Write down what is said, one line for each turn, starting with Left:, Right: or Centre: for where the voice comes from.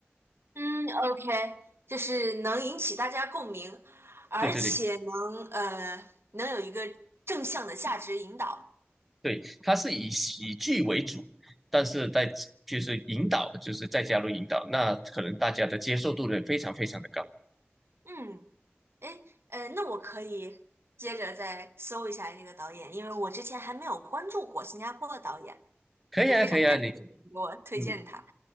Right: 嗯，OK，就是能引起大家共鸣，而且能呃能有一个正向的价值引导。
Centre: 对对对对，他是以喜剧为主，但是在就是引导，就是再加入引导，那可能大家的接受度呢非常非常的高。
Right: 嗯，诶，呃，那我可以接着再搜一下这个导演，因为我之前还没有关注过新加坡的导演，
Centre: 可以啊，
Right: 就非常感谢你给我推荐他。
Centre: 可以啊，你嗯，